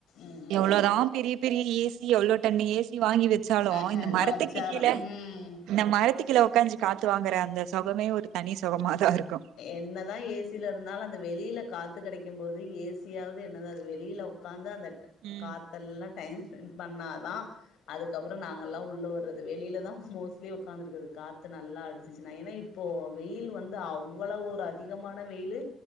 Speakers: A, on the left; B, on the right.
A: ம்
B: எவ்ளோதா பெரிய பெரிய ஏசி எவ்ளோ டண்ணு ஏசி வாங்கி வெச்சாலும்
A: அ
B: இந்த
A: அ
B: மரத்துக்கு
A: வச்சாலு
B: கீழ
A: ம்
B: இந்த மரத்துக்கீள உக்காஞ்சு காத்து வாங்கற அந்த சுகமே ஒரு தனி சுகம தான் இருக்கும்
A: என்னதான் ஏசில இருந்தாலும் அந்த வெளியில காத்து கெடைக்கும் போது ஏசியாவது என்னத வெளியில உக்காந்து அந்த
B: ம்
A: காத்தெல்லா டைம் ஸ்பெண்ட் பண்ணாதான் அதுக் அதுக்கப்பறம் நாங்கல்லாம் உள்ள வர்றது வெளியில தான் மோஸ்லி உக்காந்துருக்கது காத்து நல்லா அடிச்சிச்சுனா எனய் இப்போ வெயில் வந்து அவ்ளவு ஒரு அதிகமான வெயிலு